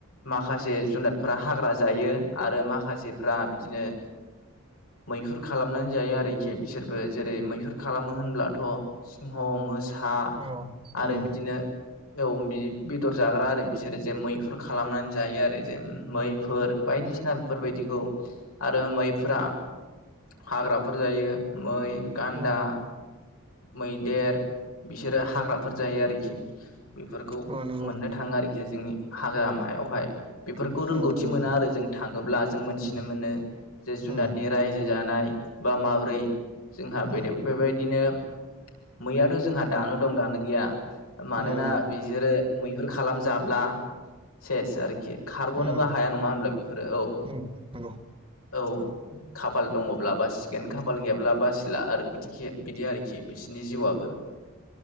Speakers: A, on the left (about 80°); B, on the right (about 25°).
A: माखासे जुनादफोरा हाग्रा जायो आरो माखासेफ्रा बिदिनो मैहुर खालामनानै जायो आरोखि बिसोरबो जेरै मैहुर खालामो होनब्लाथ' सिंह मोसा हा
B: औ उम
A: आरो बिदिनो औ बि बेदर जाग्रा आरो बिसोरो जे मैहुर खालामनानै जायो आरो जे मैफोर बायदिसिना बेफोरबायदिखौ आरो मैफोरा हाग्राफोर जायो मै गान्दा
B: उम
A: मैदेर बिसोरो हाग्राफोर जायो आरोखि बेफोरखौ
B: अ नंगौ
A: मोननो थाङो आरोखि जोंनि हाग्रामायावहाय बेफोरखौ रोंगौथि
B: उम नंगौ
A: मोना
B: नोंथां
A: आरो जों थाङोब्ला जों मोनथिनो
B: उम
A: मोनो जे जुनादनि
B: उम
A: रायजो जानाय बा माब्रै जोंहा
B: उम
A: बे बेबायदिनो मैयाथ' जोंहा दानो दं दानो गैया मानोना
B: उम
A: बिसोरो मैहुर खालामजाब्ला सेस आरोखि खारग'नोबो
B: उम
A: हाया नङा होनब्ला बेफोरो औ
B: उम नंगौ
A: औ खाफाल दङब्ला बासिगोन खाफाल गैयाब्ला बासिला आरो बिदि खि बिदि आरोखि बिसोरनि जिउआबो